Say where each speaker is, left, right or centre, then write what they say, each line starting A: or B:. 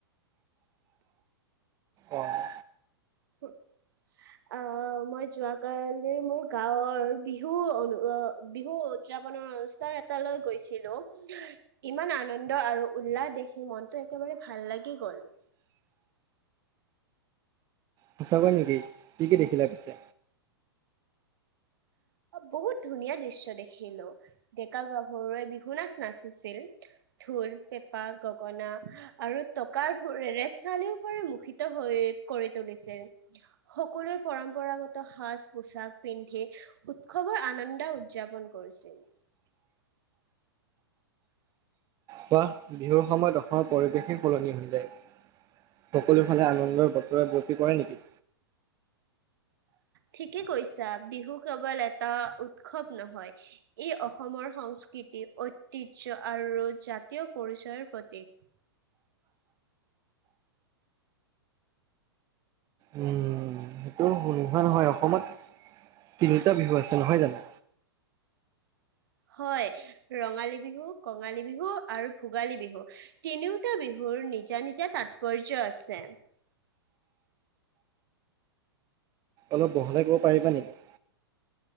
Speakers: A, on the right; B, on the right.
A: অ'
B: উ <unintelligible> মই কালি মোৰ গাঁৱৰ বিহু অনু বিহুত উদযাপনৰ অনুষ্ঠান এটা লৈ গৈছিলো। ইমান আনন্দ আৰু উল্লাহ দেখি মনটো একেবাৰে ভাল লাগি গ'ল।
A: সঁচাকৈ নেকি? কি কি দেখিলে পিছে?
B: বহুত ধুনীয়া দৃশ্য দেখিলো। ডেকা গাভৰুৱে বিহু নাচ নাচিছিল, ঢোল পেঁপা গগনা আৰু টকাৰ সুৰেৰে চাৰিওফালে মুষৰিত হৈ কৰি তুলিছিল। সকলোৱে পৰম্পৰাগত সাজ পোচাক পিন্ধি উৎসৱৰ আনন্দ উদযাপন কৰিছিল।
A: চোবা, বিহুৰ সময়ত অসমৰ পৰিৱেশেই সলনি হৈ যায়। সকলো ফালে আনন্দৰ বতৰ বৰ্তি কৰে নেকি?
B: ঠিকেই কৈছা বিহু কেৱল এটা উৎসৱ নহয়। ই অসমৰ সংস্কৃতি, ঐতিহ্য আৰু জাতীয় পৰিচয়ৰ প্ৰতীক।
A: উম। সেইটো নোহোৱা নহয়, অসমত তিনিটা বিহু আছে নহয় জানো।
B: হয়, ৰঙালী বিহু, কঙালী বিহু আৰু ভোগালী বিহু। তিনিওটা বিহুৰ নিজা-নিজা তাৎপৰ্য আছে।
A: অলপ বহলাই ক'ব পাৰিবা নেকি?